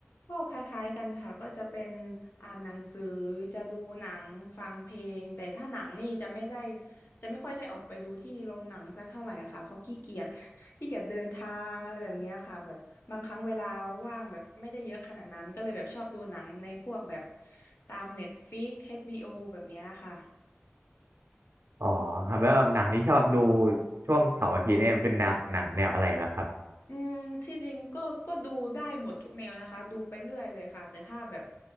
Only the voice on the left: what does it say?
ก็คล้ายๆกันค่ะก็จะเป็นอ่านหนังสือจะดูหนังฟังเพลงแต่ถ้าหนังนี่จะไม่ได้จะไม่ค่อยได้ออกไปดูที่โรงหนังสักเท่าไหร่อะค่ะเพราะขี้เกียจ <laughs> ขี้เกียจเดินทางอะไรแบบเนี้ยค่ะแบบบางครั้งเวลาว่างแบบไม่ได้เยอะขนาดนั้นก็เลยแบบชอบดูหนังในพวกแบบตาม Netflix เอชบี b อแบบเนี้ยค่ะ
อืมที่จริงก็ก็ดูได้หมดทุกแนวนะคะดูไปเรื่อยเลยค่ะแต่ถ้าแบบ